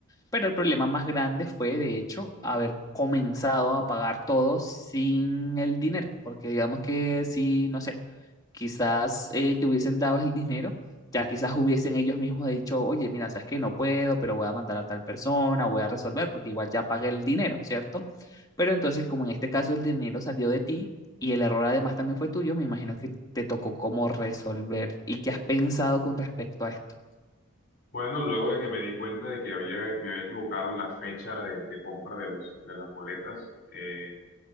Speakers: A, on the left (about 15°); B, on the left (about 40°).
A: pero el problema más grande fue, de hecho, haber comenzado a pagar todo sin el dinero, porque digamos que si, no sé, quizás eh, te hubiesen dado el dinero, ya quizás hubiesen ellos mismos dicho, oye, mira, sabes que no puedo, pero voy a mandar a tal persona, voy a resolver, porque igual ya pagué el dinero, ¿cierto? Pero entonces, como en este caso el dinero salió de ti y el error además también fue tuyo, me imagino que te tocó cómo resolver y qué has pensado con respecto a esto.
B: Bueno, luego de que me di cuenta de que había, me había equivocado en la fecha de, de compra de los, de las boletas, eh,